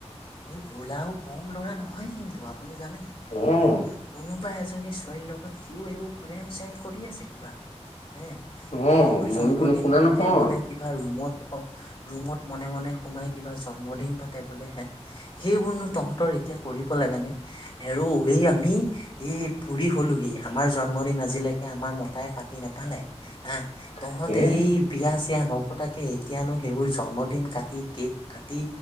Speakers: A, on the left (about 45°); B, on the left (about 85°).
A: এই ভোলাও কম ল'ৰা নহয় কিন্তু আপুনি জানে
B: উম
A: হ কোনোবা এ <unintelligible> জনী ছোৱালীৰ লগত সিও এ প্ৰেম চেম কৰি আছে কিবা <inaudible> হে
B: অ',
A: এইবোৰ
B: ময়ো
A: জন্মদিন
B: নুশুনা
A: পাতে
B: নহয়,
A: বোলে কিবা ৰুমত <inaudible> ৰুমত মনে মনে সোমাই কিবা জন্মদিন পাতে বোলেহে <inaudible> সেইবোৰনো তহঁতৰ এতিয়া কৰিব লাগে নে হেৰৌ এই আমি এই বুৰি হলোহি আমাৰ জন্মদিন আজিলৈকে আমাৰ মতাই পাতি নোপালে। হা তহঁতে
B: তাকে
A: এই বিয়া এতিয়া নপতাকে এতিয়ানো সেইবোৰ জন্মদিন কাটি কেক কাটি